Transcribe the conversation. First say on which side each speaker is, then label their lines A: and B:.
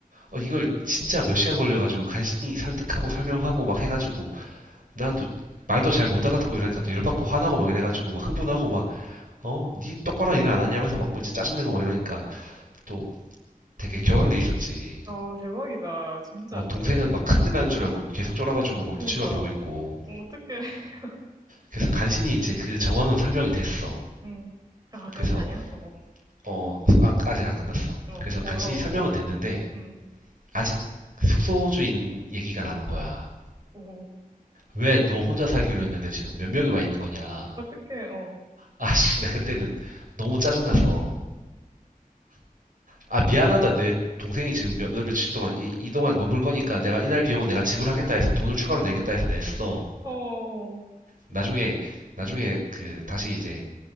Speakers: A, on the right; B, on the right.
A: 어, 이걸 진짜 몇 시간 걸려가지고 간신히 설득하고 설명하고 막 해가지고 난 또 말도 잘 못 알아듣고 이러니까 또 열받고 화나고 막 이래가지고 막 흥분하고 막 어? 니 똑바로 일을 안 하냐면서 막 뭔지 짜증내고 막 이러니까 또 되게 격앙돼 있었지.
B: 어, 대박이다, 진짜
A: 어,
B: 아찔해,
A: 동생은 막 큰일 나는 줄
B: 어,
A: 알고 계속 쫄아가지고 막
B: 그니까,
A: 눈치만 보고 있고.
B: 어, 어떡해, <laughs>
A: 그래서 간신히 이제 그 정황은 설명이 됐어.
B: 응, 아, 끝이
A: 그래서
B: 아니야? 어,
A: 어 아, 아직 안 끝났어.
B: 어,
A: 그래서 간신히
B: 어, 와우,
A: 설명은 됐는데
B: 응,
A: 아직 숙소 주인 얘기가 남은 거야.
B: 오.
A: 왜 너 혼자 살기로 했는데 지금 몇 명이 와 있는 거냐?
B: 어떡해, 어.
A: 아씨 나 그때는 너무 짜증나서 아 미안하다 내 동생이 지금 몇, 며칠 동안 이, 이 동안 머물 거니까 내가 이날 비용은 내가 지불하겠다 해서 돈을 추가로 내겠다 해서 냈어.
B: 어, 어.
A: 나중에 나중에 그 다시 이제